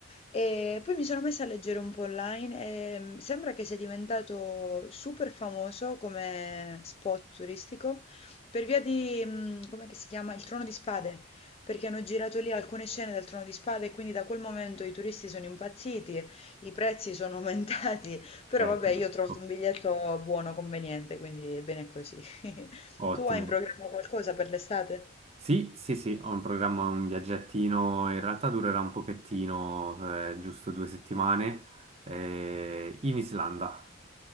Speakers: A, on the left (about 30°); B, on the right (about 30°).
A: E poi mi sono messa a leggere un po' online e mm, sembra che sia diventato super famoso come spot turistico per via di, mm, com'è che si chiama? Il Trono di Spade, perché hanno girato lì alcune scene del Trono di Spade e quindi da quel momento i turisti sono impazziti, i prezzi sono <laughs> aumentati, però
B: Eh,
A: vabbè,
B: capisco.
A: io ho trovato un biglietto buono, conveniente, quindi bene così. <laughs>
B: Ottimo.
A: Tu hai in programma qualcosa per l'estate?
B: Sì, sì, sì, ho in programma un viaggettino, in realtà durerà un pochettino, eh, giusto due settimane, eh, in Islanda.